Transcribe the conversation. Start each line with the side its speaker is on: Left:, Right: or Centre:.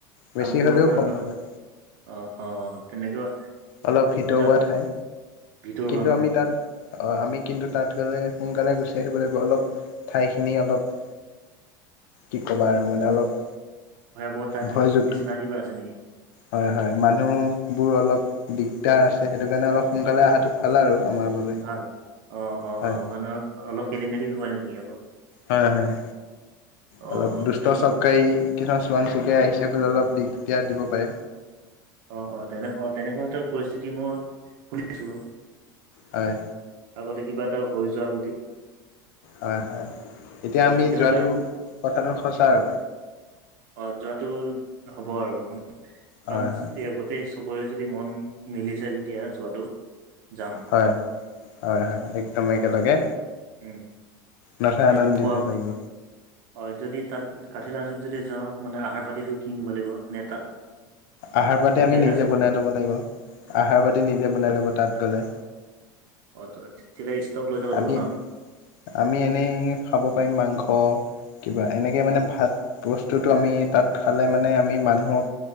Left: বেছি
Right: কামপুৰৰ
Left: হ'লেও
Right: পৰা
Left: কম
Right: দ
Left: নহয়
Right: অ অ তেনেকুৱা
Left: অলপ ভিতৰুৱা
Right: যা
Left: ঠাই
Right: ভিতৰুৱা
Left: কিন্তু
Right: ন
Left: আমি তাত অ আমি কিন্তু তাত গ'লে সোনকালে গুচি আহিব লাগিব অলপ ঠাইখিনি অলপ কি ক'বা আৰু মানে অলপ
Right: ভয়াবৰ তাই
Left: ভয়যুক্ত
Right: নিচিনা কিবা আছে নেকি
Left: হয় হয় মানুহবোৰ অলপ দিগদাৰ আছে সেইটো কাৰণে অলপ সোনকালে অহাটো ভাল আৰু আমাৰ বাবে
Right: ভাল অ অ
Left: হয়
Right: অ মানেহ অলপ খেলি মেলি ঘ নেকি আকৌ
Left: হয় হয়
Right: অ',
Left: অলপ দুষ্ট
Right: তেনে
Left: চব কাই কিছুমান চোৰাং চিকাই আহিছে বোলে অলপ দিগদাৰ দিব পাৰে
Right: অ অ তেনেকা অ তেনেকুৱা পৰিস্থিতি মই শুনিছো
Left: হয়
Right: আগতে কিবা এটা হৈ যোৱা যদি
Left: হয় হয় এতিয়া
Right: অ',
Left: আমি
Right: তেতিয়াহ'লে
Left: যোৱাটো কথাটো সঁচা আৰু
Right: অ যোৱাতটো হ'ব আৰু
Left: হয়
Right: কাৰণ
Left: হয়
Right: গোই চবৰে যদি মন মিলিছে তেতিয়া যোৱাতটো যাম
Left: হয় হয় হয় একদম একেলগে
Right: উম,
Left: নাখাই
Right: আৰু
Left: আনন্দিত
Right: খোৱা
Left: লাগিব
Right: হয় যদি তাত কাঠি লাঞ্চত যদি যাওঁ মানে আহাৰ পাতিটো কিনিব লাগিব নে তাত
Left: আহাৰ পাতি
Right: হোটেল
Left: আমি নিজে
Right: আছে
Left: বনাই
Right: জানো
Left: ল'ব লাগিব আহাৰ পাতি নিজে বনাই ল'ব তাত গলে
Right: অ ত তেতিয়াহে ষ্টক লৈ যাব লাগিব
Left: আমি
Right: ন
Left: আমি এনেই খাব পাৰিম মাংস কিবা এনেকৈ মানে ভাত বস্তুটো আমি তাত খালে মানে আমি মানুহক